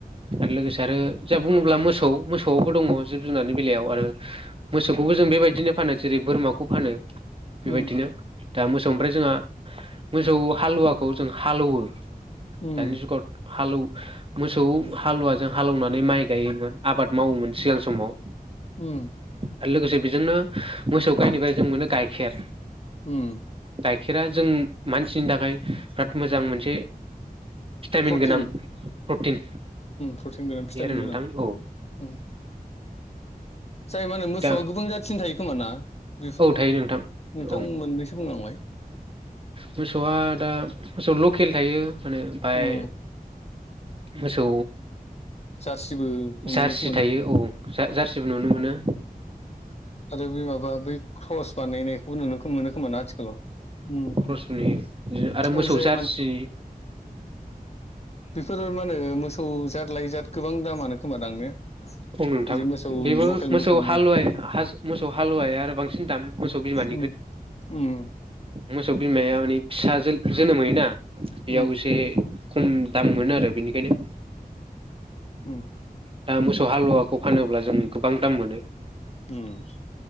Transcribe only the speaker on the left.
उम
उम
उम
उम
प्रटिन
प्रटिन गोनां भिटामिन
गोनां
उम जाय मा होनो मोसौआ
गोबां जाथिनि थायो। खोमाना बेफोर
नोंथां
मोननैसो बुंनांबाय
उम
जारसिबोखौ
नुनो खोमाना
आरो बे माबा बै क्रस बानायनायखौबो नुनो मोनो खोमा ना आथिखालाव? उम
ओ जाय
बेफोर मा होनो मोसौ जाद लइजाद गोबां दामानो खोमा दां ने।
बिदि मोसौ
लकेल
मोसौनि
उम उम
उम
उम
उम